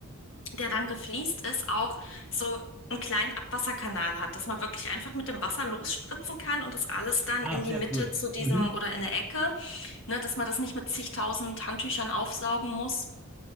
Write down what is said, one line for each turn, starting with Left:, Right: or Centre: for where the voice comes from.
Left: der dann gefliest ist, auch so einen kleinen Abwasserkanal hat, dass man wirklich einfach mit dem Wasser losspritzen kann und das alles dann
Centre: Ah,
Left: in
Centre: sehr
Left: die Mitte
Centre: cool.
Left: zu diesem
Centre: Mhm.
Left: oder in der Ecke, ne, dass man das nicht mit zigtausend Handtüchern aufsaugen muss.